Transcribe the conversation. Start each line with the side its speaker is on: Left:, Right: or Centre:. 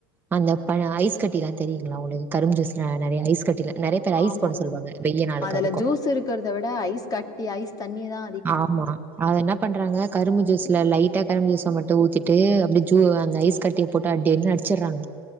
Right: அந்த பழ ஐஸ் கட்டில்லா தெரியுங்களா உங்களுக்கு கரும்பு ஜூஸ்ல நெறையா ஐஸ் கட்டிலா நெறைய பேர் ஐஸ்
Left: ஆமா
Right: போட சொல்லுவாங்க வெய்ய நாளுக்கு
Left: அதுல
Right: அதுக்கு
Left: ஜூஸ் இருக்குறத விட ஐஸ் கட்டி ஐஸ் தண்ணிதா
Right: ஆமா அதுனப் பண்றாங்க கரும்பு ஜூஸ்ல லைட்டா கரும்பு ஜூஸ்ஸ மட்டு ஊத்திட்டு அப்டி ஜு அந்த ஐஸ் கட்டி போட்டு அடி அடிச்சுர்றாங்க